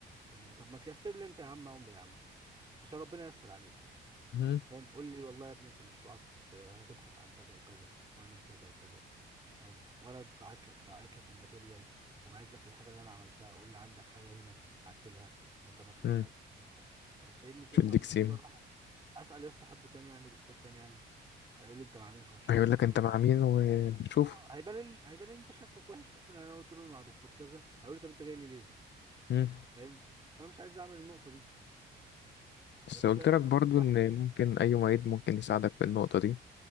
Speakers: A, on the right (about 20°); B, on the left (about 65°).
A: يعني طب ما تيسر لي انت يا عم امري يا عم عشان ربنا ييسر عليك
B: يا.
A: فاهم قول لي والله يا ابني انت مشروعك آه، هتبحث عن كذا وكذا واعمل كذا وكذا فاهم وانا بعت لك بعت لك الماتيريال وبعت لك الحاجه اللي انا عملتها قول لي عندك حاجه هنا عدلها ده انت المفروض
B: مم.
A: هنا طب سايبني كده
B: مش
A: طب
B: هيديك
A: المفروض
B: سيم
A: اروح اسال يا اسطى حد تاني يعني دكتور تاني يعني هيقول لي انت ما عامل في مشروع
B: هيقول
A: التخرج
B: لك انت مع مين وشوف
A: اه آه، هيبان إن- هيبان ان انت شكلك وحش اصلا يعني انا قلت له مع دكتور كذا هيقول لي طب انت جاي لي ليه
B: مم.
A: فاهم فانا مش عايز اعمل النقطه دي
B: بس
A: بس
B: قلت
A: فعلا
B: لك
A: يا
B: برضو
A: اسطى الواحد
B: ان ممكن اي معيد ممكن يساعدك في النقطة دي